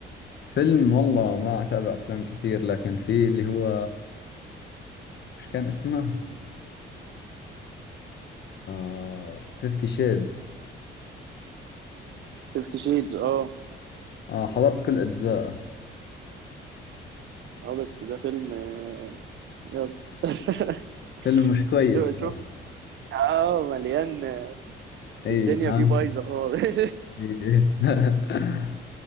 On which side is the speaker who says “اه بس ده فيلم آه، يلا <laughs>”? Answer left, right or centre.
Right